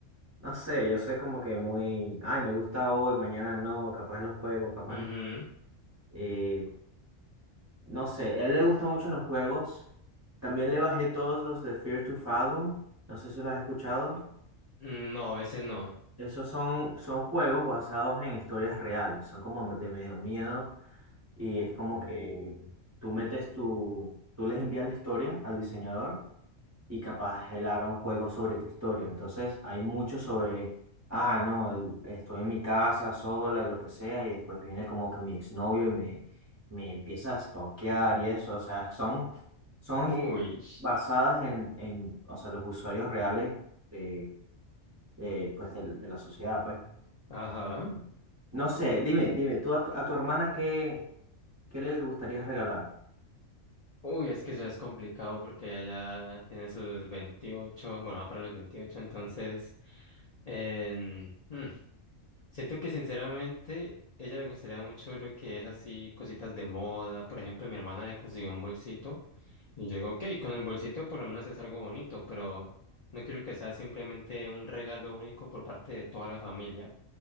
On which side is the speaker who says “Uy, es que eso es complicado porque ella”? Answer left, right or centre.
Left